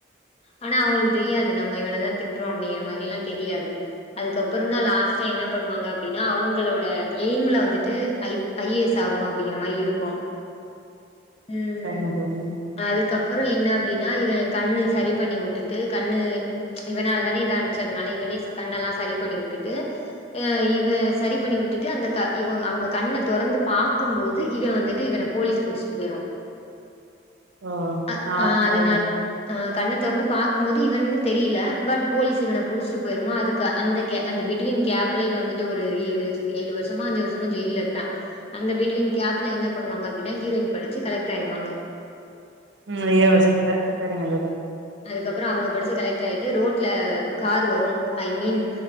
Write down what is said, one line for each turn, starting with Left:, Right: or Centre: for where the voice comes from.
Left: ஆனா அவுங்குளுக்கு தெரியாது நம்ம இவனதா திட்றோ அப்டிங்கிற மாரியலா தெரியாது அதுக்கப்புறந்தா லாஸ்ட்டா என்ன பண்ணுவாங்க அப்டினா அவுங்களோட ஏய்ம்ல வந்துட்டு ஐ ஐ ஏ எஸ் ஆகணு அப்டிங்கிற மாரி இருக்கு ம்
Right: சரிங்க தோழி
Left: அதுக்கப்புறோ என்ன அப்டினா இவன் கண்ணு சரி பண்ணி உட்டுட்டு கண்ணு இவனாலதானே இதானுச்சு அதுனால இவனே கண்ணலா சரி பண்ணி உட்டுட்டு அ இவன் சரி பண்ணி விட்டுட்டு அந்த க இவன் அவ்ங்க கண்ண தொறந்து பாக்கும்போது இவன் வந்துட்டு இவன போலீஸ் புடிஸ்ட்டு போய்ரு
Right: ஓ
Left: அ
Right: நா
Left: ஆ
Right: சரிங்க
Left: அதுனால் ஆ கண்ண தொறந்து பாக்கும்போது இவன்னு தெரில பட் போலீஸ் இவன புடிஸ்ட்டு போய்ருமா அதுக்கு அந்த கே அந்த பிட்டுவீன் கேப்புல இவன் வந்துட்டு ஒரு ஏழு வெர்ஷு ஏழு வர்ஷமோ அஞ்சு வர்ஷமு ஜெயில்ல இருப்பான் அந்த பிட்டுவின் கேப்ல என்ன பண்ணுவாங்க அப்டினா ஹீரோயின் படிச்சு கலெக்டர் ஆய்ருவாங்க
Right: ம் அந்த ஏழு வர்ஷத்ல ஆ சரிங்க தோழி
Left: அதுக்கப்றோ அவுங்க படிச்சு கலெக்ட்ராய்ட்டு ரோட்ல காரு வரூ I mean